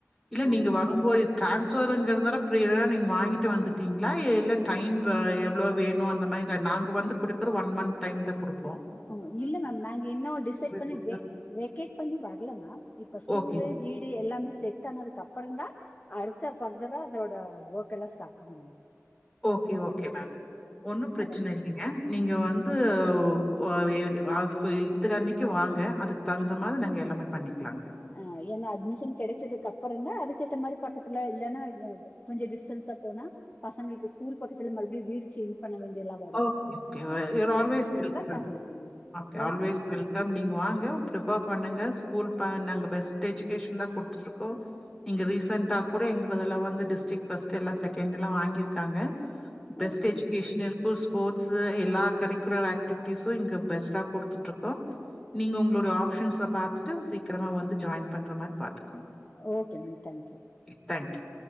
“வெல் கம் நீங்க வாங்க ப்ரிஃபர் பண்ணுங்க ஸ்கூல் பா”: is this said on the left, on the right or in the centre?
Centre